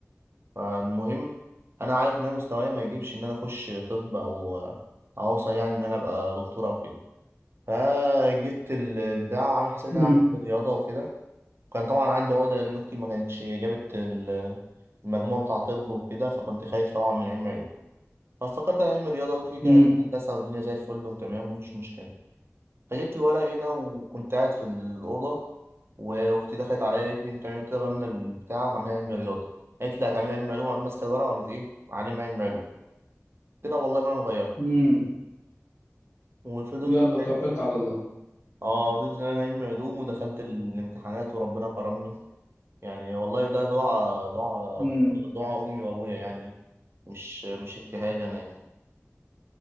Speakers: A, on the right; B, on the left.
A: فالمهم أنا عارف إن أنا مستواي ما يجيبش إن أنا أخش طب أو أو أوصل يعني إن أنا أبقى دكتور أو كده فجبت البتاع وعامل حسابي
B: مم.
A: إن أنا أعمل رياضة وكده كان طبعا عندي عقدة إن أختي ما كانتش جابت ال- المجموع بتاع طب وكده فكنت خايف طبعا من علم علوم فافتكرت انا علم رياضه قلت كده كده
B: مم.
A: هيبقى هندسه والدنيا زي الفل وتمام ومفيش مشكله فجبت الورق هنا وكنت قاعد في الاوضه واختي دخلت عليا قالت لي انت عامل- إيه؟ قلت لها بملى البتاع وهعمل علم رياضه قالت لي هتعملي علم علوم قامت ماسكه الورقه وقامت ايه علم علم علوم قلت لها والله ما انا مغيرها
B: مم.
A: وفضلت
B: يلا وتوكلت على الله
A: اه فضلت زمان علم علوم ودخلت الامتحانات وربنا كرمني يعني والله ده دعاء دعاء
B: مم.
A: رب دعاء امي وابويا يعني مش مش اجتهاد انا يعني